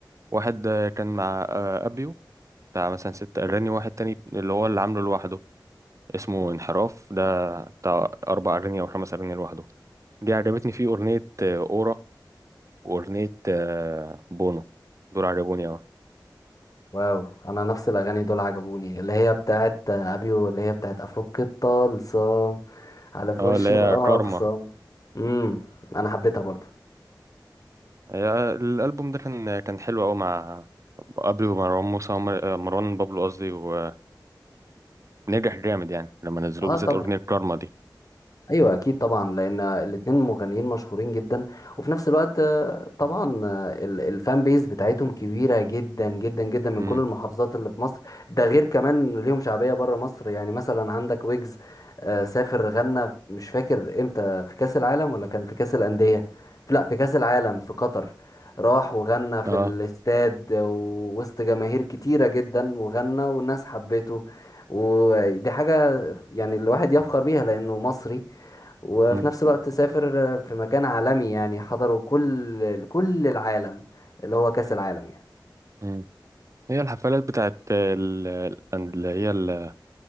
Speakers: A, on the right; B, on the left.
A: واحد آه، كان مع آه، ابيو بتاع مثلا ست اغاني واحد تاني اللي هو اللي عامله لوحده اسمه انحراف ده بتاع اربع اغاني او خمس اغاني لوحده دي عجبتني فيه اغنيه آه، اورا واغنيه آه، بونو دول عجبوني اوي
B: واو انا نفس الاغاني دول عجبوني اللي هي بتاعت آه، ابيو اللي هي بتاعت افك الطلسم على في
A: اه
B: وش
A: اللي هي
B: الاخصم
A: كارما
B: امم انا حبيتها برضو
A: يا- الالبوم ده كان كان حلو قوي مع ابري ومروان موسى ومر- آه، مروان بابلو قصدي ويعني نجح جامد يعني لما نزلوه
B: اه
A: بالذات
B: طبعا
A: اغنيه كارما دي
B: ايوه اكيد طبعا لان الاتنين مغنيين مشهورين جدا وفي نفس الوقت آه، طبعا آه، ال- الفان بيز بتاعتهم كبيره جدا جدا جدا من
A: امم
B: كل المحافظات اللي في مصر ده غير كمان إن ليهم شعبيه بره مصر يعني مثلا عندك ويجز آه، سافر غنى مش فاكر امتى في كاس العالم ولا كان في كاس الانديه لا في كاس العالم في قطر راح وغنى في
A: اه
B: الاستاد ووسط جماهير كتيره جدا وغنى والناس حبته ودي حاجه يعني الواحد يفخر بيها لانه مصري وفي
A: امم
B: نفس الوقت سافر في مكان عالمي يعني حضره كل كل العالم اللي هو كأس العالم يعني
A: امم هي الحفلات بتاعت ال- ال- اللي هي ال-